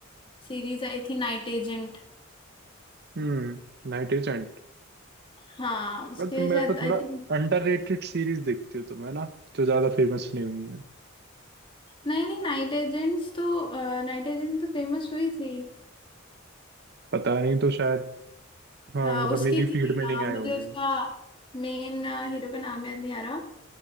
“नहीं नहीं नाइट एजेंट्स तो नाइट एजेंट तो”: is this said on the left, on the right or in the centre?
Left